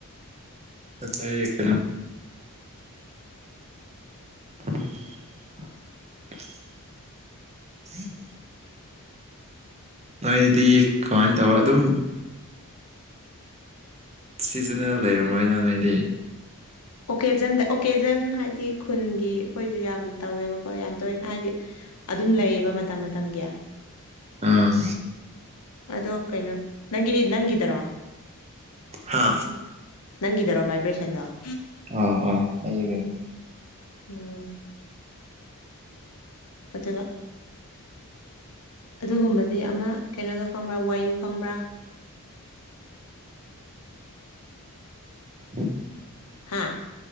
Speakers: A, on the right; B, on the left.
A: ꯑ ꯈꯔ <inaudible> ꯅꯣꯏꯗꯤ ꯀꯃꯥꯏꯅ ꯇꯧꯕ ꯑꯗꯨꯝ ꯁꯤꯖꯅꯦꯜ ꯂꯩꯔꯝꯔꯣꯏꯅ ꯅꯣꯏꯗꯤ
B: ꯑꯣꯀꯦꯖꯟꯗ ꯑꯣꯀꯦꯖꯟ ꯍꯥꯏꯗꯤ ꯈꯨꯟꯒꯤ ꯑꯩꯈꯣꯏꯁꯨ ꯌꯥꯝꯅ ꯇꯧꯋꯦꯕꯀꯣ ꯌꯥꯝ ꯇꯣꯏꯅ ꯍꯥꯏꯗꯤ ꯑꯗꯨꯝ ꯂꯩꯌꯦꯕ ꯃꯇꯝ ꯃꯇꯝꯒꯤ
A: ꯎꯝ
B: ꯑꯗꯣ ꯀꯩꯅꯣ ꯅꯪꯒꯤ ꯅꯪꯒꯤꯗꯔꯣꯔꯁ
A: ꯍꯥ
B: ꯅꯪꯒꯤꯗꯔꯣ ꯕꯥꯏꯕ꯭ꯔꯦꯁꯟꯗꯣ
A: ꯑ ꯑ ꯑꯩꯕ
B: ꯎꯝ ꯀꯆꯒ ꯑꯗꯨꯒꯨꯝꯕꯗꯤ ꯑꯃ ꯀꯩꯅꯣꯗꯣ ꯈꯪꯕ꯭ꯔꯥ ꯋꯥꯏꯌꯨ ꯈꯪꯕ꯭ꯔꯥ
A: ꯍ <inaudible>
B: ꯍꯥ